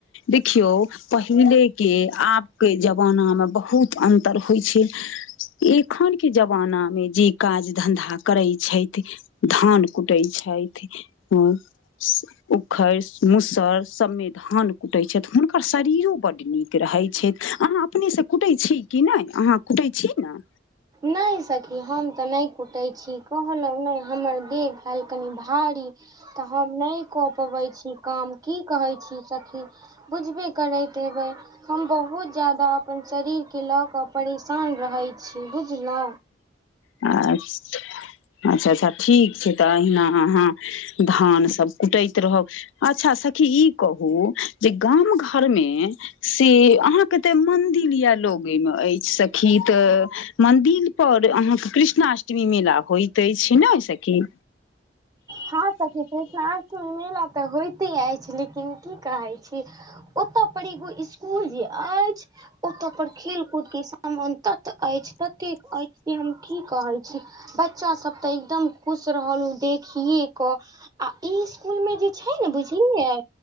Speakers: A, on the left (about 85°); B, on the right (about 20°).
A: देखियौ पहिले के आब के जमाना मे बहुत अन्तर होइ छै। एखन के जबाना मे जे काज धंधा करै छैथ धान कुटै छैथ। और सब? उखड़ि मुसड़ सबमे धान कुटै छथि हुनकर शरीरो बड्ड नीक रहै छै अहाँ अपने से कुटै छी कि नै अहाँ कुटै छी न?
B: नै सखी हम तऽ नै कुटै छी कहलहुँ नै हमर देह भेल कनी भारी त हम नै कऽ पबै छी काम की कहै छी सखी। बुझबे करैत हेबै हम बहुत जादा अपन शरीर के लऽ कऽ परेशान रहय छी बुझलउ।
A: अच्छा अच्छा -अच्छा ठीक छै तऽ अहिना अहाँ धान सब कुटैत रहब अच्छा सखी कहू जे गाम घर मे से अहाँ के तऽ मन्दिर ये लगे मे अइछ सखी तऽ मन्दिल पर अहाँक कृष्णाष्टमी मेला होइत अइछ नै सखी?
B: हँ सखी कृष्णाष्टमी मेला तऽ होइते अइछ लेकिन की कहय छी ओतऽ पर एगो स्कुल जे अइछ ओतऽ पर खेल कूद के सामान तत अइछ ततेक अइछ जे हम की कहय छी, बच्चा सब तऽ एकदम खुश रहल उ देखिये कऽ आ इ स्कुल मे जे छै ने बुझलियै